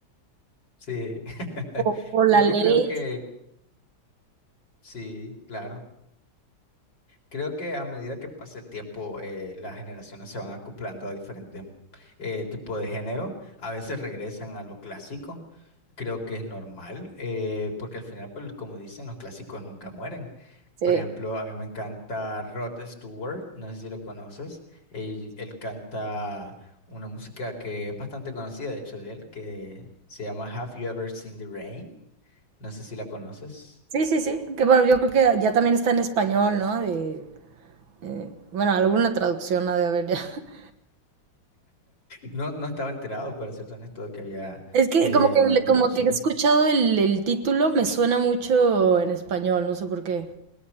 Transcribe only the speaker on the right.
Por, por la
ley.
Sí.
Sí, sí, sí. Que bueno, yo creo que ya también está en español, ¿no? De- eh, bueno, alguna traducción ha de haber ya. <laughs>
Es que
como que
le-
como que he escuchado el, el título, me suena mucho en español, no sé por qué.